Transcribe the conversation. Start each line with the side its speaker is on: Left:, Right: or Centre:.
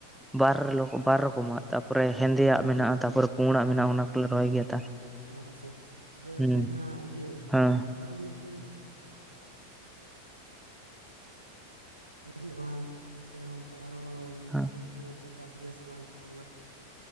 Centre: ᱵᱟᱨ ᱨᱮᱞᱚ ᱵᱟᱨ ᱨᱚᱠᱚᱢᱟᱜ ᱛᱟᱯᱚᱨᱮ ᱦᱮᱸᱫᱮᱭᱟᱜ ᱢᱮᱱᱟᱜᱼᱟ ᱛᱟᱯᱚᱨᱮ ᱯᱩᱲᱟᱜ ᱢᱮᱱᱟᱜᱼᱟ ᱚᱱᱟ ᱠᱚᱞᱮ ᱨᱚᱦᱚᱭ ᱜᱮᱭᱟ
Right: ᱚ ᱦᱮᱸᱥᱮ ᱛᱚᱵᱮ
Centre: ᱦᱩᱸ
Right: ᱵᱚᱭᱦᱟ ᱤᱭᱟᱹ
Centre: ᱦᱮᱸ
Right: ᱟᱨᱚ ᱢᱤᱫᱴᱮᱱ <unintelligible> ᱵᱟᱝ ᱥᱮ ᱱᱚᱱᱛᱮ ᱟᱨᱚ
Centre: ᱦᱮᱸ
Right: ᱯᱚᱴᱚᱞ ᱠᱚ ᱛᱚ ᱪᱟᱥ ᱜᱮᱭᱟ ᱥᱮ ᱵᱟᱝ ᱠᱚᱨᱚᱞᱟ ᱠᱚ